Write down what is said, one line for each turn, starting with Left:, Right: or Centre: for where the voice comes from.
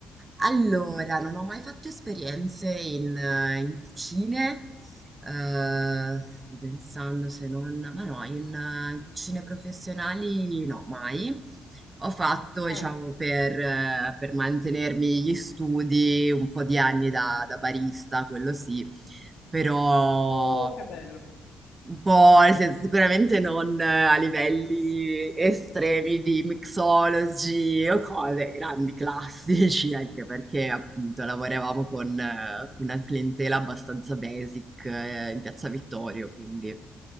Right: Allora, non ho mai fatto esperienze in, eh, in cucine, Ehm, stavo pensando se non ma no, in in cucine professionali no, mai. Ho fatto, diciamo,
Left: Mm.
Right: per eh, per mantenermi gli studi un po' di anni da da barista, quello sì, però
Left: Oh, che bello.
Right: un po' nel senso sicuramente non eh, a livelli estremi di mixology o cose, grandi classici, <laughs> anche perché appunto lavoravamo con, eh, con una clientela abbastanza basic, eh, in Piazza Vittorio, quindi